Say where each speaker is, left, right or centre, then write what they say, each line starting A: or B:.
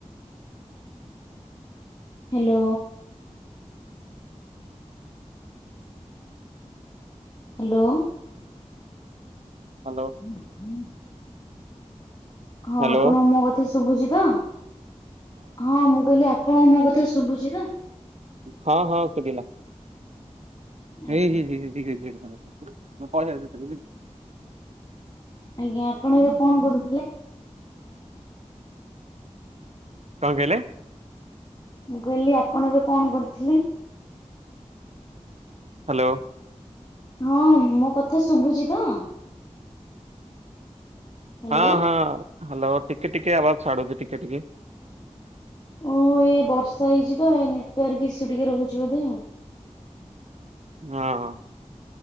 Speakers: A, on the left; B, on the right.
A: ହାଲୋ। ହାଲୋ।
B: ହାଲୋ।
A: ହୁଁ ହୁଁ। ହଁ
B: ହ୍ୟାଲୋ
A: ଆପଣଙ୍କୁ ମୋ କଥା ଶୁଭୁଚି ତ ହଁ ମୁଁ କହିଲି ଆପଣ ମୋ କଥା ଶୁଭୁଚି ତ?
B: ହଁ ହଁ ଶଭିଲା
A: ଆଜ୍ଞା।
B: ଏ ହେ ହେ ହେ <unintelligible> ମୁଁ ପଳେଇ <unintelligible>
A: ଆଜ୍ଞା ଆପଣ ଏବେ କଣ କରୁଥିଲେ?
B: କଣ କହିଲେ?
A: ମୁଁ କହିଲି ଆପଣ ଏବେ କଣ କରୁଥିଲେ?
B: ହାଲୋ।
A: ହଁ ମୋ କଥା ଶୁଭୁଚି ତ? ହ୍ୟାଲୋ
B: ହଁ ହଁ ହାଲୋ ଟିକେ ଟିକେ ଆବାଜ୍ ଛାଡୁଚି ଟିକେ ଟିକେ।
A: ଓହୋ ଏ ବର୍ଷା ହେଇଚି ତ ଏ ନେଟୱାର୍କ ଇସୁ ଟିକେ ରହୁଚି ବୋଧେ ଆଉ।
B: ହଁ।